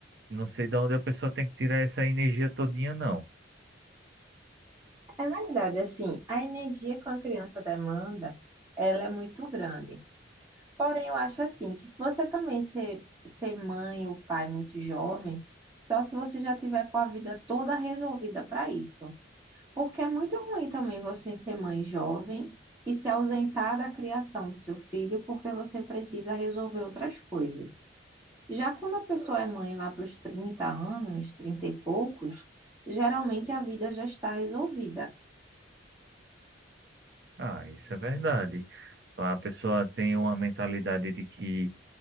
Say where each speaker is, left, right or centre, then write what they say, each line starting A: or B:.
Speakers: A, on the right; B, on the right.
A: Não sei de onde a pessoa tem que tirar essa energia todinha, não.
B: É verdade, assim, a energia que uma criança demanda, ela é muito grande. Porém, eu acho assim, que se você também ser, ser mãe ou pai muito jovem, só se você já tiver com a vida toda resolvida para isso. Porque é muito ruim também você ser mãe jovem e se ausentar da criação do seu filho porque você precisa resolver outras coisas. Já quando a pessoa é mãe lá para os 30 anos, 30 e poucos, geralmente a vida já está resolvida.
A: Ah, isso é verdade. A pessoa tem uma mentalidade de que